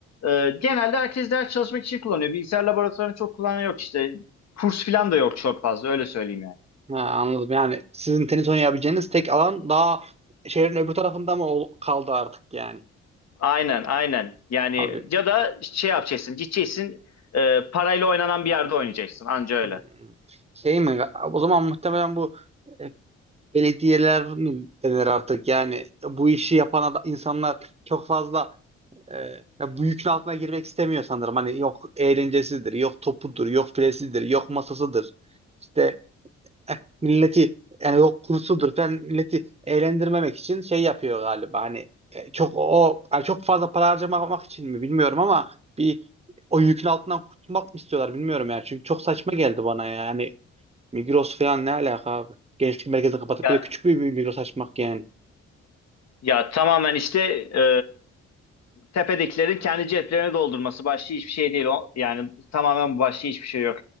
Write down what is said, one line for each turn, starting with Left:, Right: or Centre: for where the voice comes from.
Left: e, genelde herkes ders çalışmak için kullanıyor. Bilgisayar laboratuvarını çok kullanan yok işte. Kurs falan da yok çok fazla öyle söyleyeyim yani.
Right: Ha, anladım. Yani sizin tenis oynayabileceğiniz tek alan daha şehrin öbür tarafında mı ol- kaldı artık yani?
Left: Aynen, aynen. Yani
Right: Abi
Left: ya da şey yapacaksın, gideceksin e, parayla oynanan bir yerde oynayacaksın. Anca öyle.
Right: hmm. şey mi? O zaman muhtemelen bu e, belediyeler mi denir artık? Yani bu işi yapan ada- insanlar çok fazla e, ya bu yükün altına girmek istemiyor sanırım. Hani yok eğlencesidir, yok topudur, yok filesidir, yok masasıdır. İşte eh, milleti yani yok kursudur falan milleti eğlendirmemek için şey yapıyor galiba hani e, çok o yani çok fazla para harcamak için mi bilmiyorum ama bir o yükün altından kurtulmak mı istiyorlar bilmiyorum yani çünkü çok saçma geldi bana yani Migros falan ne alaka abi gençlik merkezini kapatıp
Left: Ya,
Right: bir de küçük bir bir Migros açmak yani
Left: ya tamamen işte e, tepedekilerin kendi ceplerini doldurması başka hiçbir şey değil. O, yani tamamen başka hiçbir şey yok.